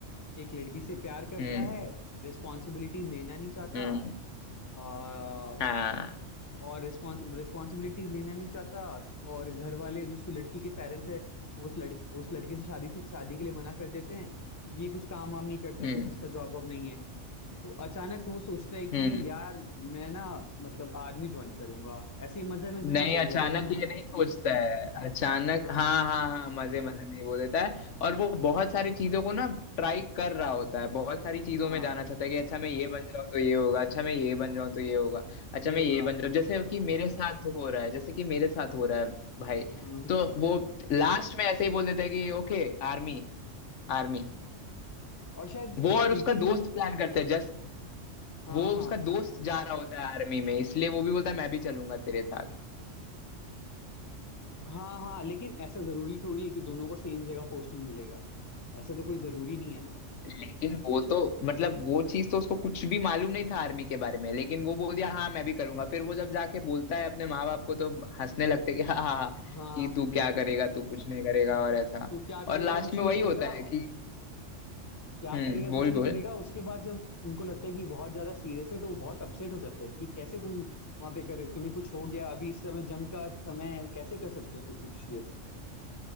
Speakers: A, on the left; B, on the left.
A: एक लड़की से प्यार करता
B: हम्म
A: है रिस्पॉन्सिबिलिटीज लेना नहीं चाहता
B: हम्म
A: आ,
B: हाँ
A: और रिस्पॉन्सिबिलिटीज लेना नहीं चाहता और घर वाले जो उसकी लड़की के पेरेंट्स है वो उस लड़के उस लड़के से शादी से शादी के लिए मना कर देते हैं क्योंकि ये कुछ काम वाम नहीं करता
B: हम्म
A: कुछ इसका जॉब वॉब नहीं है तो अचानक वो सोचता है कि
B: हम्म
A: यार मैं ना मतलब आर्मी ज्वाइन करूंगा ऐसे ही मजे मजे
B: नहीं
A: में बोल
B: अचानक
A: देता है कि मैं
B: ये नहीं सोचता है अचानक
A: हाँ
B: हाँ हाँ हाँ मजे मजे में ये बोल देता है और वो बहुत सारी चीजों को ना ट्राई कर रहा होता है बहुत सारी चीजों
A: हाँ
B: में जाना चाहता है कि अच्छा मैं ये बन जाऊं तो ये होगा अच्छा मैं ये बन जाऊं तो ये होगा अच्छा
A: ये
B: मैं
A: होगा
B: ये बन जाऊं जैसे कि मेरे साथ हो रहा है जैसे कि मेरे साथ हो रहा है भाई
A: हम्म, हम्म।
B: तो वो लास्ट में ऐसे ही बोल देता है कि ओके आर्मी आर्मी
A: और शायद
B: वो और
A: प्रीटीज
B: उसका दोस्त
A: इन
B: प्लान करते हैं जस्ट
A: हाँ
B: वो
A: हाँ
B: उसका दोस्त जा रहा होता है आर्मी में इसलिए वो भी बोलता है मैं भी चलूंगा तेरे साथ
A: हाँ हाँ लेकिन ऐसा जरूरी थोड़ी है कि दोनों को सेम जगह पोस्टिंग मिलेगा ऐसा तो कोई जरूरी नहीं है ना
B: लेकिन वो तो मतलब वो चीज तो उसको कुछ भी मालूम नहीं था आर्मी के बारे में लेकिन वो बोल दिया हाँ मैं भी करूंगा फिर वो जब जाके बोलता है अपने माँ बाप को तो हंसने लगते कि हाँ हाँ हाँ,
A: हाँ
B: कि तू क्या करेगा तू कुछ नहीं करेगा और ऐसा
A: तो क्या करेगा
B: और लास्ट
A: कुछ
B: में
A: नहीं
B: वही
A: करेगा
B: होता है कि
A: क्या
B: हम्म
A: करेगा कुछ
B: बोल
A: नहीं
B: बोल
A: करेगा उसके बाद जब उनको लगता है कि बहुत ज्यादा सीरियस है तो वो बहुत अपसेट हो जाते हैं कि कैसे तुम वहां पे करे तुम्हें कुछ हो गया अभी इस समय जंग का समय है कैसे कर सकते हो तू कुछ ये